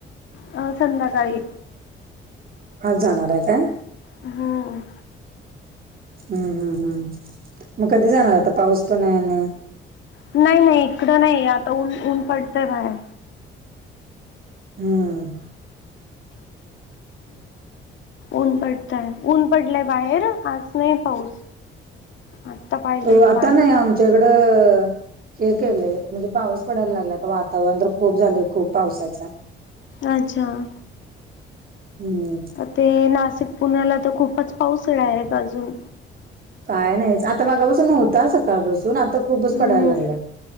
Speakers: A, on the left; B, on the right.
A: अ संध्याकाळी.
B: आज जाणार आहे काय?
A: हम्म
B: हम्म हम्म हम्, मग कधी जाणार आता पाऊस पण आहे आणि
A: नाही नाही इकडं नाही आता ऊन ऊन पडतय बाहेर
B: हम्म
A: ऊन पडत आहे ऊन पडलंय बाहेर आज नाही पाऊस. आत्ता पाहिलं
B: अ
A: मी
B: आता
A: बाहेर
B: नाही आमच्याकडं हे केलंय म्हणजे पाऊस पडायला लागला आता वातावरण तर खूप झालय खूप पावसाच.
A: अच्छा
B: हम्म
A: ते नाशिक पुण्याला तर खूपच पाऊस आहे डायरेक्ट अजून
B: काय नाही आता मागापासून नव्हता सकाळपासून आता खूपच
A: हम्म
B: पडायला लागलाय